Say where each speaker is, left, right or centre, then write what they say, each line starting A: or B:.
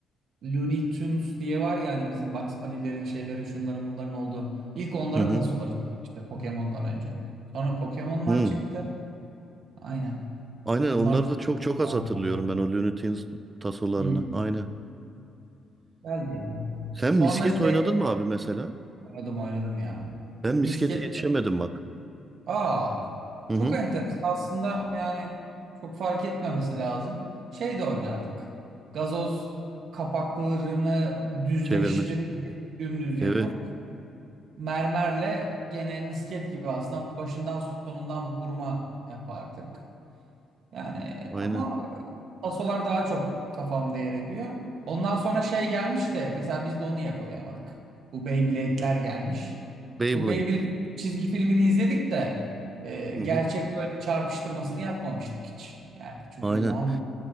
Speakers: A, on the right (about 65°); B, on the right (about 25°).
A: Looney Tunes diye var ya hani bizim Bugs Bunny'lerin şeylerin şunların bunların olduğu. İlk onların
B: Hı hı.
A: tasoları çıktı işte Pokemon'dan önce. Sonra Pokemon'lar
B: Hı.
A: çıktı. Aynen.
B: Aynen
A: Onlar
B: onları
A: da
B: da çok çok az
A: vardı.
B: hatırlıyorum ben o Looney Tunes tasolarını.
A: Hı,
B: Aynen.
A: Güzeldi ya.
B: Sen
A: Sonra
B: misket
A: şey
B: oynadın mı abi mesela?
A: oynadım oynadım ya.
B: Ben miskete
A: Misket.
B: yetişemedim bak.
A: Aa,
B: Hı
A: çok
B: hı.
A: enteresan. Aslında yani çok fark etmemesi lazım. Şey de oynardık. Gazoz kapaklarını düzleştirip
B: Çevirmece.
A: dümdüz yapıp
B: Evet.
A: mermerle gene misket gibi aslında başından sonundan vurma yapardık. Yani
B: Aynen.
A: ama e, pasolar daha çok kafamda yer ediyor. Ondan sonra şey gelmiş de mesela biz de onu yakalayamadık. Bu Beyblade'ler gelmiş.
B: Beyblade.
A: Bu Beyblade çizgi filmini izledik de e, gerçek
B: Hı hı.
A: böyle çarpıştırmasını yapmamıştık hiç. Yani çünkü
B: Aynen.
A: o zaman bir